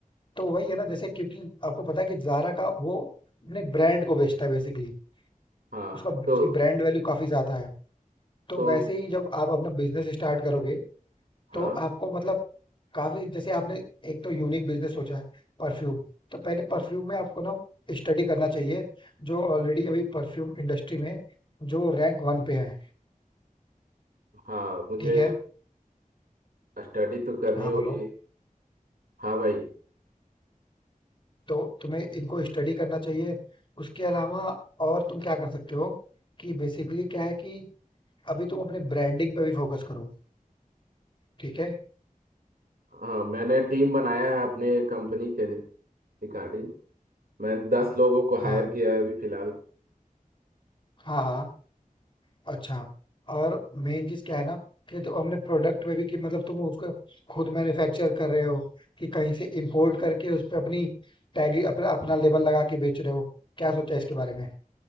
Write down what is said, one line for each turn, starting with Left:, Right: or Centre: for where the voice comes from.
Left: तो वही है ना जैसे क्योंकि आपको पता है कि ज़ारा का वो अपने ब्रांड को बेचता है बेसिकली
Right: हाँ
Left: उसका
Right: तो
Left: उसकी ब्रांड वैल्यू काफ़ी ज़्यादा है। तो
Right: तो
Left: वैसे ही जब आप अपना बिजनेस स्टार्ट करोगे
Right: हाँ
Left: तो आपको मतलब काफी जैसे आपने एक तो यूनिक बिजनेस सोचा है परफ्यूम तो पहले परफ्यूम में आपको ना स्टडी करना चाहिए जो ऑलरेडी अभी परफ्यूम इंडस्ट्री में जो रैंक वन पे हैं
Right: हाँ मुझे
Left: ठीक है
Right: स्टडी तो करनी
Left: हाँ
Right: होगी
Left: बोलो
Right: हाँ भाई
Left: तो तुम्हें इनको स्टडी करना चाहिए उसके अलावा और तुम क्या कर सकते हो कि बेसिकली क्या है कि अभी तुम अपने ब्रांडिंग पे भी फोकस करो ठीक है
Right: हाँ मैंने टीम बनाया है अपने कंपनी के रिगार्डिंग मैं दस लोगों को
Left: हाँ
Right: हायर किया है अभी फिलहाल
Left: हाँ हाँ अच्छा, और मेन चीज़ क्या है ना कि जो हमने प्रोडक्ट में भी कि मतलब तुम उसको खुद मैन्युफैक्चर कर रहे हो कि कहीं से इंपोर्ट करके उस पे अपनी टैग अपना अपना लेबल लगा के बेच रहे हो क्या सोचा इसके बारे में